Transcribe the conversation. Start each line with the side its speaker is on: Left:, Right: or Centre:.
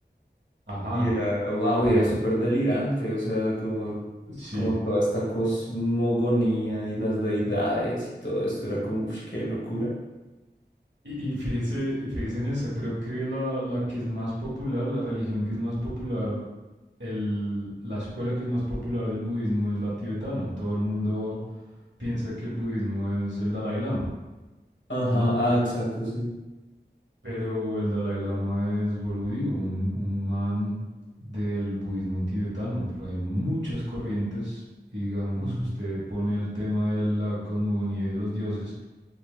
Right: Ajá,
Left: Y era, wow,
Right: ok,
Left: era súper delirante, o sea, como,
Right: sí.
Left: como toda esta cosmogonía y las deidades y todo esto, era como, uff, qué locura.
Right: Y, y fíjese, y fíjese en esa, creo que la, la que es más popular, la religión que es más popular, el, la escuela que es más popular del budismo es la tibetana. Todo el mundo
Left: Mm.
Right: piensa que el budismo es el Dalai Lama,
Left: Ajá,
Right: ¿no?
Left: ah, exacto, sí.
Right: Pero el Dalai Lama es, vuelvo y digo, un, un man del budismo tibetano, pero hay muchas corrientes. Digamos,
Left: Ujú.
Right: usted pone el tema de la cosmogonía y los dioses,